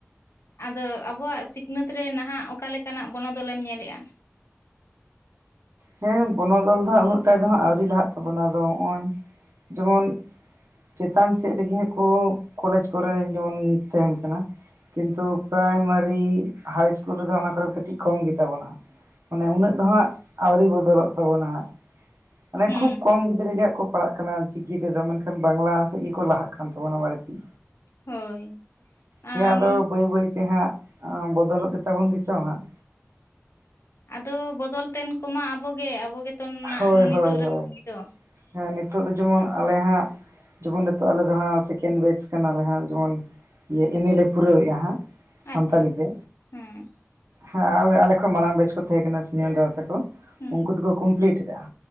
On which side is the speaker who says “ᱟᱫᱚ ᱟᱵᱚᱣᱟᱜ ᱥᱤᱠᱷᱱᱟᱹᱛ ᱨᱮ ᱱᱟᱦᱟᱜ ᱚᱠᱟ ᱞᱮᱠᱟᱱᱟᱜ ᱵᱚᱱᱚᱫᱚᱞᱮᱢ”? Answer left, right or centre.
Left